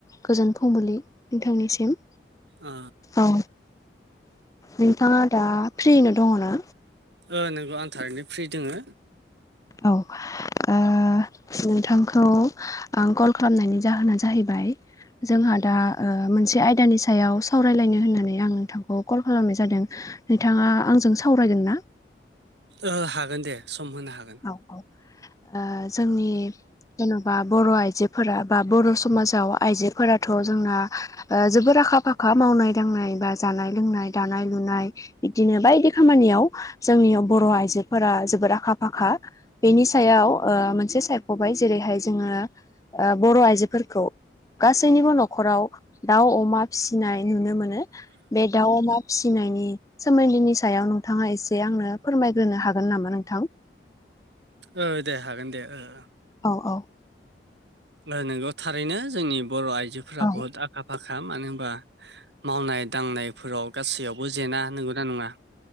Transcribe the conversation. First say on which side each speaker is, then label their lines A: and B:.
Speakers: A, on the left; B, on the right.
A: गोजोन फुंबिलि नोंथांनिसिम
B: ओ
A: औ। नोंथाङा दा फ्रिनो दङ ना?
B: ओ नोंगौ आं थारैनो फ्रि दङो।
A: औ ओ नोंथांखौ आं कल खालामनायनि जाहोना जाहैबाय जोंहा दा मोनसे आयदानि सायाव सावरायलायनो होननानै आं नोंथांखौ कल खालामनाय जादों। नोंथाङा आंजों सावरायगोन ना?
B: ओ हागोन दे सम होनो हागोन।
A: ओ जोंनि जेन'बा बर' आइजोफोरा बा बर' समाजाव आइजोफोराथ' जोंना ओ जोबोर आखा फाखा मावनाय दांनाय बा जानाय लोंनाय दानाय लुनाय बिदिनो बायदि खामानियाव जोंनि बर' आइजोफोरा जोबोद आखा फाखा। बेनि सायाव ओ मोनसे सायख'बाय जेरैहाय जोङो ओ बर' आइजोफोरखौ गासैनिबो न'खराव दाउ अमा फिसिनाय नुनो मोनो बे दाउ अमा फिसिनायनि सोमोन्दोनि सायाव नोंथाङा एसे आंनो फोरमायग्रोनो हागोन नामा नोंथां?
B: ओ दे हागोन दे ओ ओ।
A: औ औ।
B: ओ नोंगौ थारैनो जोंनि बर' आइजोफोरा
A: औ
B: बुहुद आखा फाखा मानो होनबा मावनाय दांनायफोराव गासैयावबो जेना नगौना नङा?